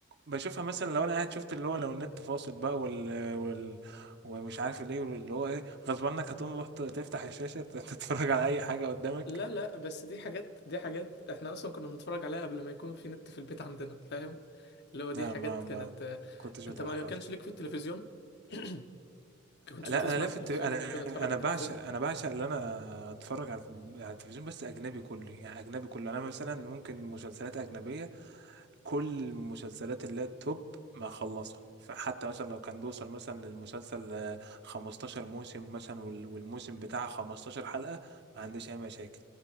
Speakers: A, on the right; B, on the left.
A: بشوفها مثلا لو انا قاعد شفت اللي هو لو النت فاصل بقى وال وال ومش عارف ليه اللي هو ايه غصب عنك هتقوم رحت تفتح الشاشة تت- تتفرج على اي حاجة قدامك
B: لا لا بس دي حاجات دي حاجات احنا اصلا كنا بنتفرج عليها قبل ما يكون في نت في البيت عندنا فاهم اللي هو دي
A: لا
B: حاجات
A: ما ما
B: كانت آه،
A: كنتش
B: انت
A: بتابعها
B: ما
A: خالص
B: كانش ليك في التلفزيون <clears throat> ما كنتش
A: لا
B: بتسمع
A: انا لافت
B: التلفزيون
A: التلف... انا
B: انا كنت اتفرج
A: انا
B: على
A: بعشق
B: التلفزيون
A: انا بعشق اللي انا اتفرج على على التلفزيون بس اجنبي كله يعني اجنبي كله انا مثلا ممكن مسلسلات اجنبيه كل المسلسلات اللي هي التوب ما اخلصها فحتى مثلا لو كان بيوصل مثلا للمسلسل آه، 15 موسم مثلا وال- والموسم بتاعه 15 حلقه ما عنديش اي مشاكل